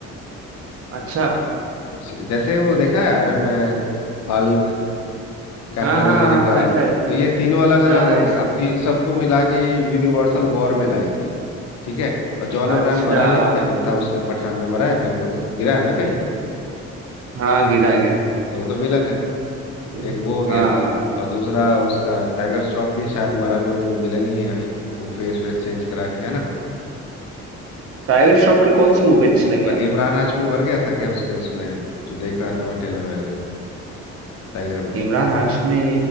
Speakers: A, on the right; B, on the left.
A: अच्छा
B: सी- जैसे वो देखा है Iron Man Hulk, Captain
A: हाँ हाँ
B: America
A: हाँ हाँ, ऐसा ऐसा
B: तो ये तीनों अलग अलग
A: हाँ
B: हो
A: ऐस,
B: गए अब तीन सबको मिला के ये यूनिवर्सल वॉर में लाएंगे ठीक है और जॉन अब्राहम
A: अच्छा
B: मरा नहीं
A: आप
B: थे
A: समझे
B: था उसमें पठान में मरा है क्या वो तो गि- गिरा है ना कहीं
A: हाँ गिरा गिरा
B: तो वो तो विलन है
A: हाँ
B: एक वो हो गया
A: हाँ हाँ।
B: और दूसरा उसका टाइगर श्रॉफ भी शायद मरा नहीं वो विलन ही है अभी वो फेस वेस चेंज करा के है ना
A: टाइगर श्रॉफ की कौन सी मूवी अच्छी लगी
B: और
A: आपको
B: इमरान हाशमी मर गया था क्या उसके उसमें जो देख रहा था मैं टेलर वेलर टाइगर में
A: इमरान हाशमी